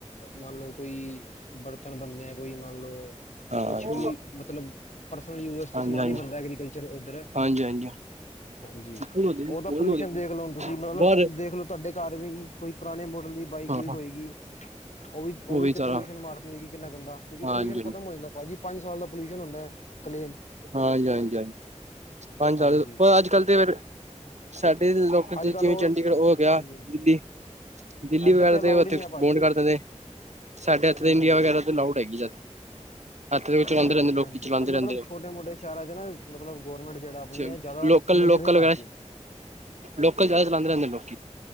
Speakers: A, on the left (about 75°); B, on the right (about 70°).
A: ਮੰਨ ਲੋ ਕੋਈ ਬਰਤਨ ਬਨਣੇ ਐ ਕੋਈ ਮੰਨ ਲੋ।
B: ਹਾਂਜੀ
A: ਕੁਛ ਵੀ ਮਤਲਬ, ਪਰਸਨਲੀ ਯੂ
B: ਹਾਂਜੀ
A: ਐਸ ਚ ਸਮਾਨ
B: ਹਾਂਜੀ
A: ਈ ਬਣਦਾ ਐਗਰੀਕਲਚਲ ਉਦਰ।
B: ਹਾਂਜੀ ਹਾਂਜੀ
A: ਹਾਂਜੀ,
B: ਬੋਲੋ ਦੇ
A: ਉਹਦਾ
B: ਬੋਲੋ
A: ਪੋਲਿਊਸ਼ਨ
B: ਦੇ
A: ਦੇਖ ਲੋ ਹੁਣ ਤੁਸੀਂ ਮਤਲਬ।
B: ਬਾਹਰ
A: ਦੇਖ ਲੋ ਤੁਆਡੇ ਕਾਰ ਵੀ ਹੀ, ਕੋਈ ਪੁਰਾਣੇ ਮੋਡਲ ਦੀ ਬਾਈਕ
B: ਹਾਂ
A: ਬੁਈਕ
B: ਹਾਂ
A: ਹੋਏਗੀ? ਔਹ ਵੀ, ਔਹ
B: ਉਹ
A: ਈ ਤੇ
B: ਸਾਰਾ
A: ਪੋਲਿਊਸ਼ਨ ਮਾਰਦੀ ਹੋਏਗੀ ਕਿੰਨਾ ਗੰਦਾ? ਕਿਉਂਕਿ
B: ਹਾਂਜੀ
A: ਪੋਲਿਊਸ਼ਨ ਖਤਮ ਹੋ ਜਾਂਦਾ ਭਾਜੀ। ਪੰਜ ਸਾਲ ਦਾ ਪੋਲਿਊਸ਼ਨ ਹੁੰਦਾ ਏ, ਕਲੇਮ।
B: ਹਾਂਜੀ-ਹਾਂਜੀ ਹਾਂ ਪੰਜ
A: ਹਾਂਜੀ
B: ਸਾਲ, ਪਰ ਅੱਜ ਕੱਲ ਤੇ ਫਿਰ ਸਾਡੇ ਲੋਕਾਂ ਚ
A: ਅੱਜ ਕੱਲ
B: ਜਿਵੇਂ
A: ਉਹ
B: ਚੰਡੀਗੜ੍ਹ ਔ ਗਿਆ,
A: ਹਾਂਜੀ ਹਾਂਜੀ
B: ਦਿੱਲੀ। ਦਿੱਲੀ
A: ਇੱਧਰ
B: ਵਗੈਰਾ
A: ਅਲਾਊਡ
B: ਤੇ ਔਥੇ
A: ਹੀ ਨਹੀਂ ਆ ਭਾਜੀ
B: ਬੋਡ ਕਰਦੇ ਨੇ, ਸਾਡੇ ਏਥੇ
A: ਬਿਲਕੁਲ
B: ਤੇ ਇੰਡੀਆ
A: ਜੀ
B: ਵਗੈਰਾ
A: ਬਿਲਕੁਲ
B: ਲਾਉਡ ਪੈਗੀ ਯਾਰੀ, ਐਥੇ ਤੇ ਫਿਰ
A: ਹਾਂਜੀ
B: ਚਲਾਂਦੇ
A: ਹਾਂਜੀ
B: ਰੇਂਦੇ
A: ਹਾਂਜੀ
B: ਲੋਕੀ। ਚਲਾਉਂਦੇ
A: ਮਤਲਬ
B: ਰਹਿੰਦੇ
A: ਛੋਟੇ ਮੋਟੇ ਸ਼ੇਰਾਂ ਚ ਨਾ, ਮਤਲਬ ਗੌਰਮੈਂਟ ਜੇਅੜਾ
B: ਨੇ
A: ਅਪਣੀ ਏ, ਜਾਦਾ
B: ਲੋਕਲ
A: ਨਜ਼ਰ
B: ਲੋਕਲ
A: ਨਈ
B: ਵਗੈਰਾ
A: ਮਾਰ ਰਈ।
B: ਲੋਕਲ ਜਆਦਾ ਚਲਾਂਦੇ ਰੇਂਦੇ ਨੇ ਲੋਕ।